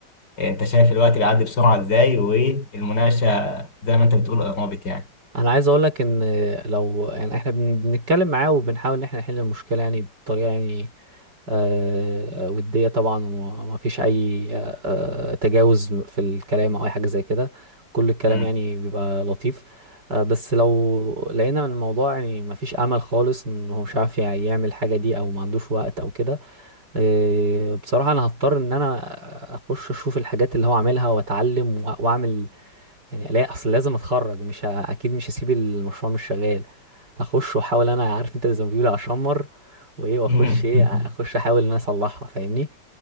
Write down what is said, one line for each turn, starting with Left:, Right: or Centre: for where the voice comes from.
Left: انت شايف الوقت بيعدي بسرعة ازاي والمناقشة زي ما انت بتقول قربت يعني
Right: انا عايز اقول لك ان لو يعني احنا بن- بنتكلم معاه وبنحاول ان احنا نحل المشكله يعني بطريقه يعني آه، وديه طبعا وما فيش اي آه، آه، تجاوز في الكلام او اي حاجه زي كده كل الكلام
Left: مم.
Right: يعني بيبقى لطيف آه، بس لو لقينا ان الموضوع يعني ما فيش امل خالص ان هو مش عارف يعني يعمل حاجه دي او ما عندوش وقت او كده آه، بصراحه انا هضطر ان انا اخش اشوف الحاجات اللي هو عاملها واتعلم وأ- واعمل يعني الاقي اصل لازم اتخرج مش ه... اكيد مش هسيب المشروع مش شغال هخش واحاول انا عارف انت زي ما بيقولوا اشمر وايه واخش
Left: <laughs>
Right: ايه اخش احاول ان انا اصلحها فاهمني